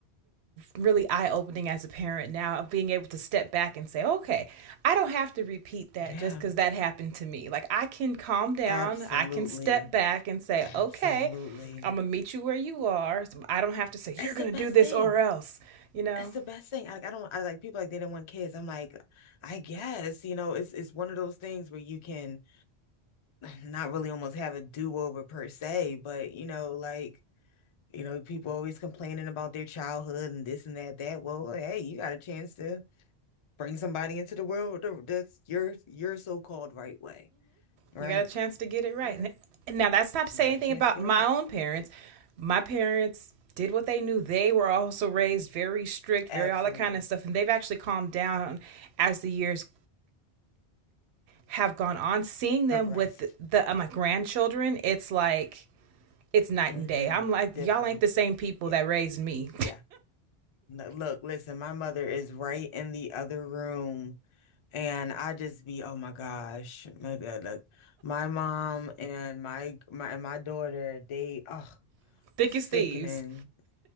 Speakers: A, on the right; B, on the left.
A: really eye opening as a parent now of being able to step back and say, okay, I don't have to repeat that
B: yeah
A: just because that happened to me. Like I can calm down,
B: absolutely
A: I can step back and say,
B: Absolutely.
A: okay, I'm gonna meet you where you are. So I don't have to say, you're
B: That's
A: gonna
B: the best
A: do this
B: thing.
A: or else. You know,
B: That's the best thing. I, I don't I like people like they didn't want kids. I'm like, I guess, you know, it's it's one of those things where you can not really almost have a do-over per se, but you know, like, you know, people always complaining about their childhood and this and that, that. Well, hey, you got a chance to bring somebody into the world the- that's your your so-called right way, right?
A: you got a chance to get it right.
B: Mhm.
A: And- now that's not to
B: You
A: say
B: got
A: anything
B: a chance
A: about
B: to get
A: my
B: it right.
A: own parents. My parents did what they knew. They were also raised very strict,
B: Absolutely.
A: very all that kind of stuff, and they've actually calmed down as the years have gone on, seeing them
B: Progressed.
A: with the uh, my grandchildren, it's like it's night
B: hmm
A: and day. I'm like,
B: Different.
A: y'all ain't the same people
B: Yeah.
A: that raised me.
B: Yeah. No, look, listen, my mother is right in the other room. And I just be, oh my gosh, my God, look, my mom and my my my daughter, they, oh,
A: <laughs> Thick
B: sickening,
A: as thieves.